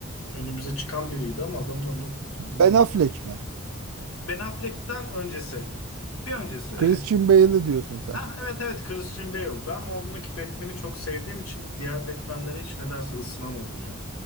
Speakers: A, on the left; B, on the right.
A: önümüze çıkan biriydi ama adamın adını, adını
B: Ben
A: unuttum.
B: Affleck mi?
A: Ben Affleck'ten öncesi. Bir öncesi.
B: Christian
A: <laughs>
B: Bale'ı diyorsun sen.
A: Ha evet evet Christian Bale. Ben oradaki Batman'i çok sevdiğim için diğer Batman'lere hiç nedense ısınamadım ya.